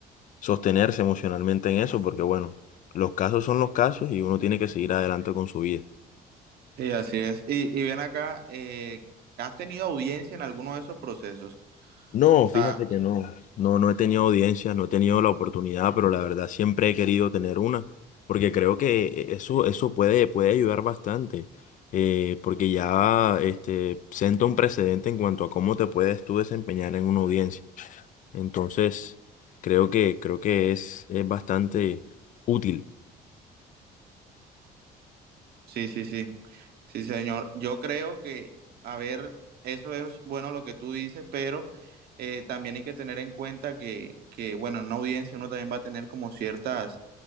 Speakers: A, on the left (about 50°); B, on the right (about 65°).
A: sostenerse emocionalmente en eso, porque bueno, los casos son los casos y uno tiene que seguir adelante con su vida.
B: Sí, así es. Y, y ven acá, eh, ¿has tenido audiencia en alguno de esos procesos?
A: No,
B: O sea,
A: fíjate que no, no, no he tenido audiencias, no he tenido la oportunidad, pero la verdad siempre he querido tener una, porque creo que e, eso, eso puede, puede ayudar bastante, eh, porque ya este, sienta un precedente en cuanto a cómo te puedes tú desempeñar en una audiencia. Entonces, creo que, creo que es, es bastante útil.
B: sí, sí, sí. Sí, señor. Yo creo que, a ver, eso es bueno lo que tú dices, pero eh, también hay que tener en cuenta que, que, bueno, en una audiencia uno también va a tener como ciertas,